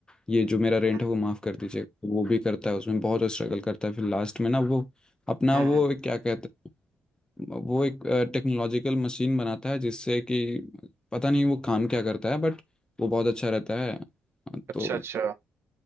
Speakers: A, on the left (about 15°); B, on the right (about 55°).
A: ये जो मेरा रेंट
B: हाँ
A: है वो माफ़ कर दीजिए तो वो भी करता है उसमें बहुत स्ट्रगल करता है फिर लास्ट में ना वो अपना
B: हम्म
A: वो
B: हम्म।
A: क्या कहते हैं वो एक टेक्नोलॉजिकल मशीन बनाता है जिससे कि पता नहीं वो काम क्या करता है बट वो बहुत अच्छा रहता है
B: अच्छा
A: तो
B: अच्छा